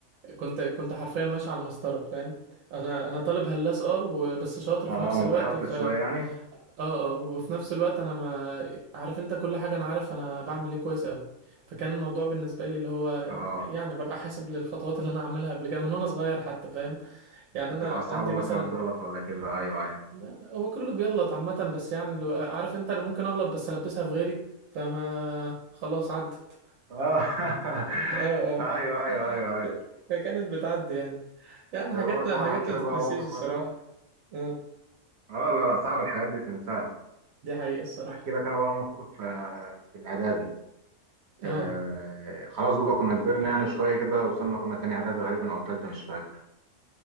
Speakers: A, on the right (about 75°); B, on the right (about 60°).
A: كنت كنت حرفيا ماشي على المسطره فاهم انا انا طالب هلاس اه و- بس شاطر
B: اه
A: في نفس
B: متحفظ
A: الوقت ف
B: شوية
A: اه
B: يعني
A: اه وفي نفس الوقت انا ما عارف انت كل حاجه انا عارف انا بعمل ايه كويس قوي فكان الموضوع بالنسبه لي اللي هو
B: اه
A: يعني ببقى حاسب للخطوات اللي انا هعملها قبل كده من وانا صغير حتى فاهم يعني
B: بتبقى
A: انا
B: صعبة
A: عندي
B: مثلا
A: مثلا
B: تغلط ولا كده أيوه أيوه
A: لا هو كله بيغلط عامة بس يعني لو عارف انت انا ممكن اغلط بس البسها في غيري فما خلاص عدت
B: آه <laughs>
A: اه اه
B: أيوه أيوه أيوه
A: ك-
B: أيوه
A: فكانت بتعدي يعني يعني
B: ده
A: حاجات
B: مرة طبعا
A: حاجات
B: أحكي
A: ما
B: لك
A: تتنسيش
B: بقى موقف
A: الصراحة
B: مثلا
A: اه
B: آه لا لا صعب الحاجات دي تنساها
A: دي حقيقة الصراحة
B: أحكي لك أنا بقى موقف آه، في الإعدادي
A: اه
B: آه خلاص بقى كنا كبرنا يعني شوية كده وصلنا كنا تاني إعدادي غالبا أو تالتة مش فاكر